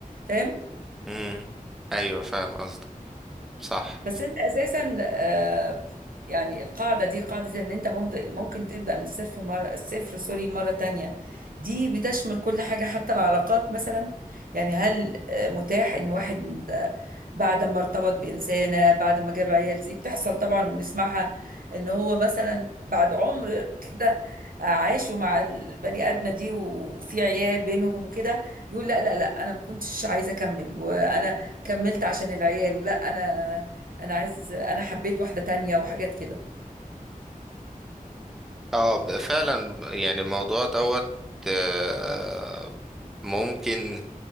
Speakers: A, on the right (about 80°); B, in the centre.
A: فاهم
B: امم ايوه فاهم قصدك صح
A: بس انت اساسا آه، يعني القاعده دي قاعده ان انت ممض- ممكن تبدا من الصفر مره الصفر سوري مره تانية دي بتشمل كل حاجه حتى العلاقات مثلا يعني هل آه، متاح ان واحد آه، بعد ما ارتبط بانسانه بعد ما جاب عيال دي بتحصل طبعا بنسمعها ان هو مثلا بعد عمر كده عاشوا مع البني ادمه دي وفي عيال بينهم وكده يقول لا لا لا انا ما كنتش عايزه اكمل وانا كملت عشان العيال لا انا انا عايز انا حبيت واحده تانية وحاجات كده
B: اه ب- فعلا يعني الموضوع دوت آه، ممكن